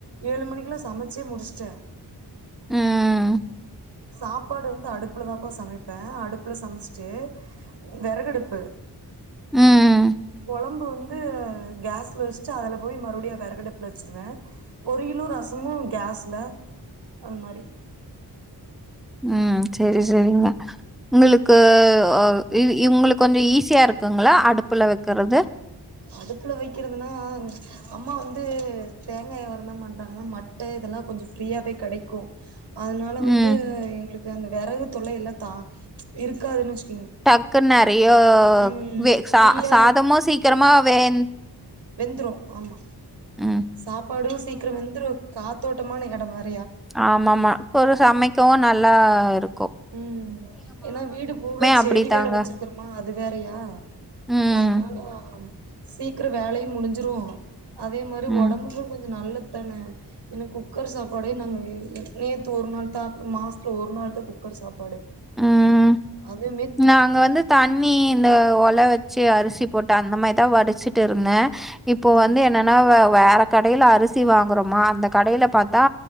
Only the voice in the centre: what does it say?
உம்
உம்
ம் சரி சரிங்க உங்களுக்கு ஒரு இங்களுக்கு கொஞ்சம் ஈஸியா இருக்குங்களா அடுப்புல வைக்கறது
ம்.
டக்குன் நறையோ
வெ ச
சாதமா சீக் சிக்ரமாவேந்
ம்.
ஆமா ம் மா ஒரு சமைக் கோ நல்லா இருக்
அப்படித்தாங்க.
ம்.
ம்.
ம்.
நாங்க வந்து தண்ணி இந்த ஒலை வச்சு அரிசி போட்டு அந்த மாரி தான் வடிச்சிட்டு இருந்தேன் இப்போ
வந்து என்னன்னா வேற கடையில் அரிசி வாங்குறோமா கடையில பார்த்தா